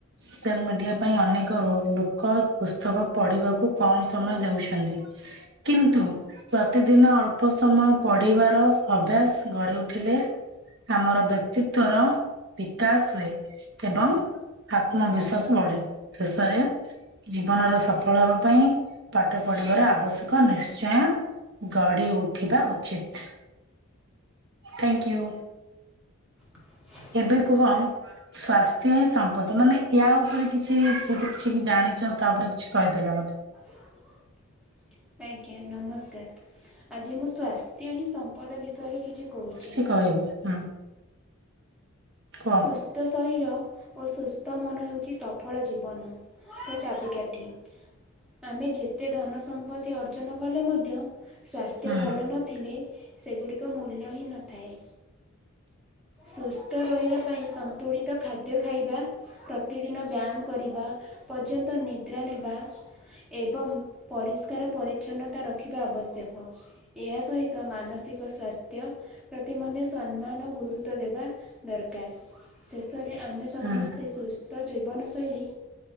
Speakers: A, on the right; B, in the centre.
A: ସୋସିଆଲ ମିଡିଆ ପାଇଁ ଅନେକ ରୋ ଲୋକ ପୁସ୍ତକ ପଢ଼ିବାକୁ କମ ସମୟ ଦେଉଛନ୍ତି। କିନ୍ତୁ ପ୍ରତିଦିନ ଅଳ୍ପ ସମୟ ପଢ଼ିବାର ଅଭ୍ୟାସ ଗଢ଼ି ଉଠିଲେ। ଆମର ବ୍ୟକ୍ତିତ୍ଵର ବିକାଶ ହୁଏ ଏବଂ ଆତ୍ମବିଶ୍ଵାସ ବଢେ ଶେଷରେ ଜୀବନର ସଫଳ ହବା ପାଇଁ ପାଠ ପଢିବାର ଆବଶ୍ୟକ ନିଶ୍ଚୟ। ଗଢି ଉଠିବା ଉଚିତ, ଥ୍ୟାଙ୍କୟୁ।
B: <inaudible>
A: ଏବେ କୁହ ସ୍ୱାସ୍ଥ୍ୟ ହିଁ ସମ୍ପଦ। ମାନେ ୟା ଉପରେ କିଛି ଯଦି କିଛି ବି ଜାଣିଚ ତା ଉପରେ କିଛି କହିପାରିବ ମୋତେ।
B: <inaudible> ଆଜ୍ଞା ନମସ୍କାର ଆଜ୍ଞା ମୁଁ ସ୍ବାସ୍ଥ୍ୟ ହିଁ ସମ୍ପଦ ବିଷୟରେ କିଛି କହୁଚି।
A: କିଛି କହିବି ହୁଁ କୁହ
B: ସୁସ୍ଥ ଶରୀର ଓ ସୁସ୍ଥ ମନ ହେଉଚି ସଫଳ ଜୀବନ ର ଚାବିକାଠି। ଆମେ ଯେତେ ଧନ ସମ୍ପତ୍ତି ଅର୍ଜନ କଲେ ମଧ୍ୟ ସ୍ୱାସ୍ଥ୍ୟ
A: ହୁଁ
B: ଭଲ ନଥିଲେ, ସେଗୁଡ଼ିକ ମୂଲ୍ୟ ହିଁ ନଥାଏ। ସୁସ୍ଥ ରହିବା ପାଇଁ ସନ୍ତୁଳିତ ଖାଦ୍ୟ ଖାଇବା। ପ୍ରତିଦିନ ବ୍ୟାୟାମ କରିବା ପର୍ଯ୍ୟନ୍ତ ନିଦ୍ରା ନେବା। ଏବଂ ପରିଷ୍କାର ପରିଚ୍ଛନ୍ନତା ରଖିବା ଆବଶ୍ୟକ। ଏହା ସହିତ ମାନସିକ ସ୍ବାସ୍ଥ୍ୟ ପ୍ରତି ମଧ୍ୟ ସମ୍ମାନ ଗୁରୁ ତ ଦେବା ଦରକାର ଶେଷରେ ଆମେ ସମସ୍ତେ
A: ହୁଁ
B: ସୁସ୍ଥ ଜୀବନଶୈଳୀ